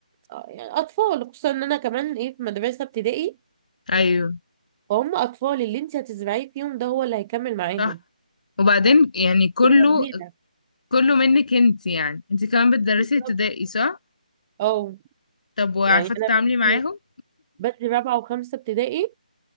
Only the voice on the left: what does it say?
ايوه
صح وبعدين يعني كله
كله منك انت يعني انت كمان بتدرسي
ابتدائي صح
طب وعارفة
تتعاملي
معاهم